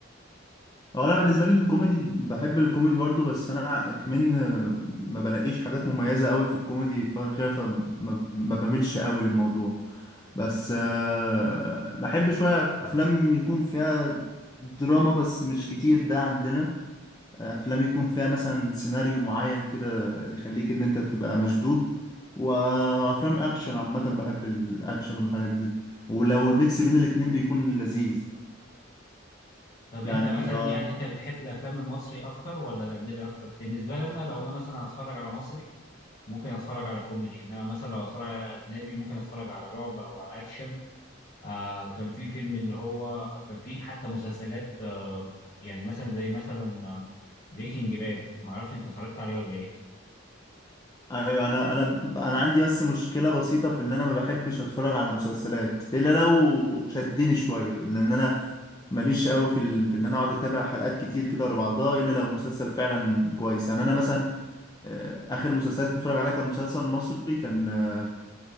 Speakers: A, on the left (about 20°); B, on the left (about 45°).
A: هو انا بالنسبه لي الكوميدي بحب الكوميدي برضو بس انا كمان ما بلاقيش حاجات مميزه قوي في الكوميدي فانا فما ما بميلش قوي للموضوع بس آه، بحب شويه افلام يكون فيها دراما بس مش كتير ده عندنا افلام يكون فيها مثلا سيناريو معين كده يخليك ان انت تبقى مشدود وافلام اكشن عامه بحب الاكشن والحاجات دي ولو الميكس بين الاتنين بيكون لذيذ
B: طب
A: يعني
B: انت مثلا
A: آه،
B: يعني انت بتحب الافلام المصري اكتر ولا الاجنبي اكتر بالنسبه لي انا لو انا مثلا هتفرج على مصري ممكن اتفرج على كوميدي انما مثلا لو اتفرج على اجنبي ممكن اتفرج على رعب او على اكشن آه كان في فيلم اللي هو كان في حتى مسلسلات آه يعني مثلا زي مثلا بريكنج باد ما اعرفش انت اتفرجت عليه ولا ايه
A: ايوه انا انا انا عندي بس مشكله بسيطه في ان انا ما بحبش اتفرج على مسلسلات الا لو شدني شويه لان انا ماليش قوي في ال... في ان انا اقعد اتابع حلقات كتير كده ورا بعضها الا لو مسلسل فعلا كويس يعني انا مثلا آه، اخر مسلسلات بتفرج عليها كان مسلسل مصري كان آه،